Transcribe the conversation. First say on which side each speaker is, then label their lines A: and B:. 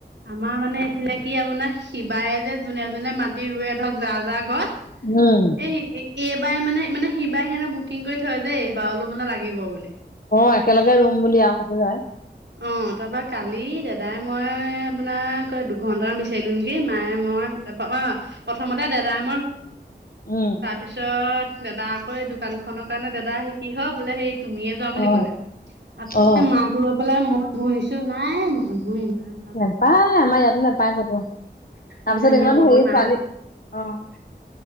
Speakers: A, on the right (about 75°); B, on the left (about 50°).
A: আমাৰ মানে এইফালে কি আপোনাৰ সিবায়ে যে যোনে যোনে মাটি ৰুৱে ধৰক যাৰ যাৰ ঘৰত
B: উম
A: এই এইবাৰে মানে মানে সিবাৰে সিহঁতক বুকিং কৰি থয় যে এইবাৰলৈও মানে লাগিব বুলি।
B: অ একেলগে ৰুম বুলি আৰু পাতি লয়
A: অ' তাৰপা কালি দেদায়ে মই আপোনাক ক দুঘন্টামান বিচাৰিলো নেকি মায়ে মই অ' প্ৰথমতে দেদায়ে
B: উম
A: তাৰপিছত দেদা আকৌ এই দোকান খনৰ কাৰণ দেদা আহি কিহল বোলে সেই তুমিয়ে যোৱা বুলি
B: অ
A: কলে আকৌ
B: অ
A: মাক লৈ পেলাই মই ঘূৰিছো নাই ঘ ইমান পা
B: নেপায় আমাৰ ইয়াতো নেপায় কতো তাৰপিছত
A: ইজনীয়ে
B: এইত
A: ক'ব
B: সেই
A: নাই
B: ছোৱালী অ'